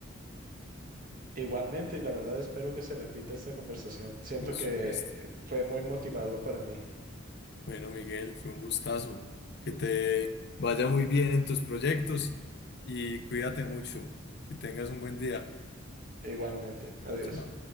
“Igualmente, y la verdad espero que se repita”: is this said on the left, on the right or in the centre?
Right